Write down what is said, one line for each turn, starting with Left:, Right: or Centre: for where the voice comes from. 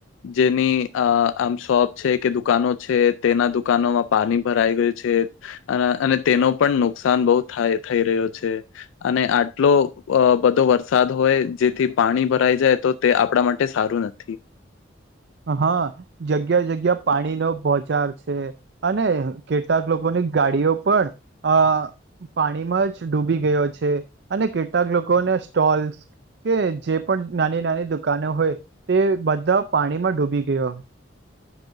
Left: જેની અહ આમ શોપ છે કે દુકાનો છે તેના દુકાનોમાં પાણી ભરાઈ ગયું છે. અન અને તેનો પણ નુકસાન બહુ થાય થઈ રહ્યો છે. અને આટલો બધો અહ વરસાદ હોય જેથી પાણી ભરાઈ જાય તો તે આપણા માટે સારું નથી.
Right: અ હા જગ્યા જગ્યા પાણીનો ભોચાર છે. અને કેટલાક લોકોની ગાડીઓ પણ અહ પાણીમાં જ ડૂબી ગયો છે અને કેટલાક લોકોને સ્ટોલ્સ કે જે પણ નાની નાની દુકાનો હોય તે બધા પાણીમાં ડૂબી ગયા